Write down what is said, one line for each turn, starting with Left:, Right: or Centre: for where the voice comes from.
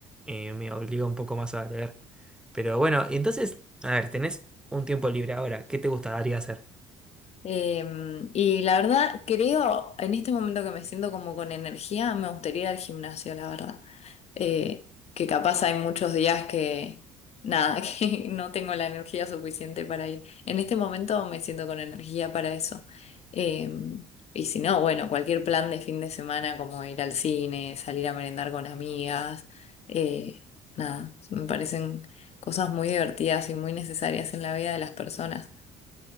Centre: eh, me obliga un poco más a leer. Pero bueno, y entonces, a ver, tenés un tiempo libre ahora, ¿qué te gustaría hacer?
Left: Eh, y la verdad, creo, en este momento que me siento como con energía, me gustaría ir al gimnasio, la verdad. eh, que capaz hay muchos días que, nada, <laughs> que no tengo la energía suficiente para ir. En este momento me siento con energía para eso. Eh, y si no, bueno, cualquier plan de fin de semana como ir al cine, salir a merendar con amigas, eh, nada, me parecen cosas muy divertidas y muy necesarias en la vida de las personas.